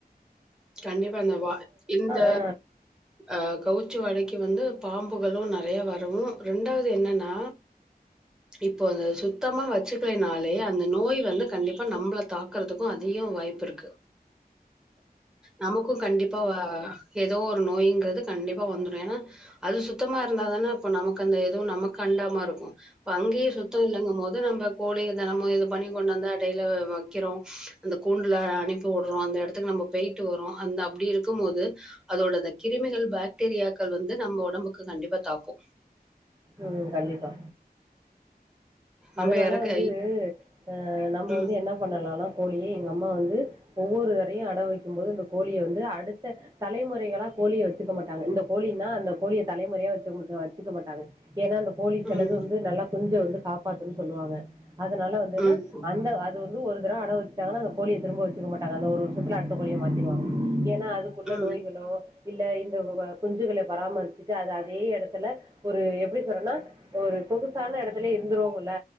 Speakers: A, in the centre; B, on the right.
A: கண்டிப்பா இந்த வா இந்த
B: ஆ
A: ஆ கவுச்சு வாடைக்கு வந்து பாம்புகளு நெறைய வரு ரெண்டாவது என்னன்னா இப்போ அது சுத்தமா வச்சுக்கலைனாலே அந்த நோய் வந்து கண்டிப்பா நம்பள தாக்குறதுக்கு அதிகோ வாய்ப்பிருக்கு நமக்கு கண்டிப்பா வ எ தோ ஒரு நோய்ங்கிறது கண்டிப்பா வந்துடு ஏன்னா அது சுத்தமா இருந்தாதான அப்ப நமக்கு அந்த எதுவு நமக்கு அண்டாம இருக்கு இப்ப அங்கயே சுத்தோ இல்லங்கும் போது நம்ப கோழிய தெனமு இது பண்ணி கொண்டு வந்த அடைல வ வக்கிறோ அந்த கூண்டுல அனுப்பி விடுறோ அந்த எடத்துக்கு நம்ப போயி ட்டு வரோ அந்த அப்டி இருக்கும் போது அதோட அந்த கிருமிகள் பாக்டீரியாக்கள் வந்து நம்ம ஒடம்புக்கு கண்டிப்பா தாக்கு
B: ம் கண்டிப்பா
A: நம்ம
B: அதனால
A: எறக்க
B: வந்து அ நம்ம
A: ம்
B: வந்து என்ன பண்ணலான்னா கோழியே எங்க அம்மா வந்து ஒவ்வொரு தரையு அடவு வைக்கு போது இந்த கோழிய வந்து அடுத்த தலைமுறைகளா கோழிய வச்சிக்க மாட்டாங்க இந்த கோழின்னா அந்த கோழிய தலைமுறையா வச்ச முட்ட வச்சிக்க மாட்டாங்க ஏன்னா அந்த கோழி செலது
A: ம்
B: வந்து வந்து நல்லா குஞ் ச வந்து காப் பாத்துன்னு சொல்லுவாங்க அதனால வந்துன்னா
A: ம்
B: அந்த அது து ஒரு தடவ அடவு வச்சிடாங்க அந்த கோழிய திரும்ப வச்சிக்க மாட்டாங்க அந்த ஒரு வருஷத்தில அடுத்த கோழிய மாத்திடுவாங்க ன்னா அதுக்குள்ள
A: ம்
B: நோய்களோ இல்ல இந்த வ குஞ்சுகள பராமரிச்சிட்டு அத அதே எடத்துல ஒரு எப்பிடி சொன்னனா ஒரு சொகுசான எடத்லே இருந்துருவங்க இல்ல